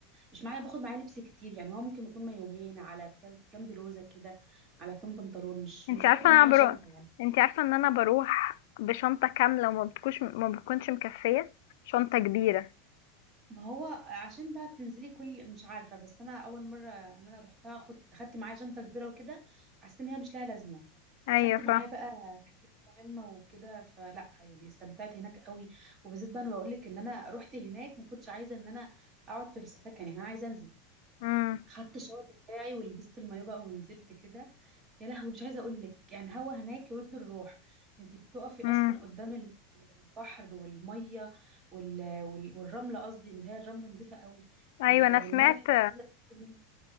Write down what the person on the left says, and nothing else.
انت
عارفه
انا
بروح
انت عارفه ان انا بروح بشنطه كامله وما بتكونش ما بتكونش مكفيه شنطه كبيره
ايوه
ف
امم
امم
ايوه
انا
سمعت